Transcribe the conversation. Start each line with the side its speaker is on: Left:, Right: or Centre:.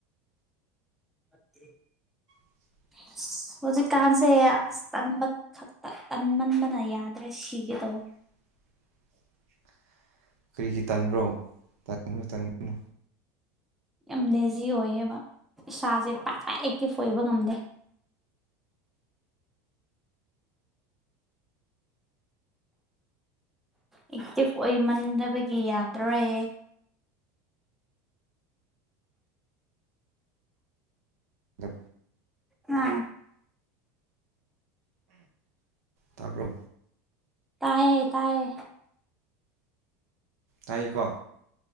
Centre: ꯑꯗꯨ
Right: <inaudible>
Centre: ꯑꯁ ꯍꯧꯖꯤꯛꯀꯥꯟꯁꯦ ꯑꯁ ꯇꯟꯕ ꯈꯛꯇ ꯇꯟꯃꯟꯕꯅ ꯌꯥꯗ꯭ꯔꯦ ꯁꯤꯒꯦ ꯇꯧꯕ
Right: <inaudible> ꯀꯔꯤꯒꯤ ꯇꯟꯕ꯭ꯔꯣ ꯇꯟꯒꯅꯨ ꯇꯟꯒꯅꯨ
Centre: ꯌꯥꯝ ꯦꯖꯤ ꯑꯣꯏꯌꯦꯕ ꯏꯁꯥꯁꯦ ꯄꯥꯛ ꯄ ꯑꯦꯛꯇꯤꯞ ꯑꯣꯏꯕ ꯉꯝꯗꯦ
Right: ꯑ
Centre: ꯑꯦꯛꯇꯤꯚ ꯑꯣꯏꯃꯟꯗꯕꯒꯤ ꯌꯥꯗꯔꯦ
Right: ꯑ
Centre: ꯎꯝ
Right: ꯇꯥꯕ꯭ꯔꯣ
Centre: ꯇꯌꯦ ꯇꯌꯦ
Right: ꯍꯥꯏꯀꯣ